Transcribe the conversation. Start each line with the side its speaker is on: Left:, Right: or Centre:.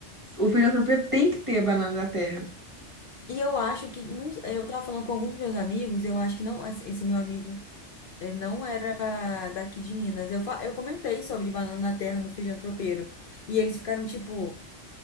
Right: o feijão tropeiro tem que ter a banana da terra.
Left: e eu acho que. Não, é, eu tava falando com alguns dos meus amigos, eu acho que não. Esse esse meu amigo é, não era daqui de Minas. Eu, fa- eu comentei sobre banana na terra no feijão tropeiro. E eles ficaram tipo: